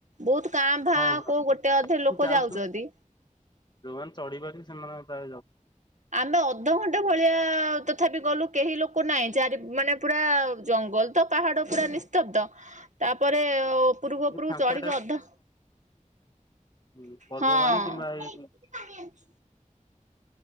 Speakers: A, on the right; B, on the left.
A: ବୋହୁତ କାଁ ଭାଁ
B: ହଁ ହଁ
A: କୋଉ ଗୋଟେ ଅଧେ ଲୋକ
B: ଯାଉଛନ୍ତି
A: ଯାଉଚନ୍ତି।
B: ଯୋଉମାନେ ଚଢ଼ି ପାରି ସେମାନେ ଆଉ ତା
A: ଆମେ ଅଧଘଣ୍ଟେ ଭଳିଆ ତ୍ ଥାପି ଗଲୁ କେହି ଲୋକ ନାଇଁ ଚାରି ମାନେ ପୁରା ଜଙ୍ଗଲ ତ ପାହାଡ଼ ପୁରା ନିସ୍ତବ୍ଧ। ତାପରେ ଓପୁରୁକୁ ଉପରକୁ
B: ଏ ଫାଙ୍କା
A: ଚଢ଼ିକି
B: ଟାଇମ୍
A: ଅଧ
B: ହୁଁ ପର୍ବବାଣୀ
A: ହଁ।
B: କିମ୍ବା ଏଇ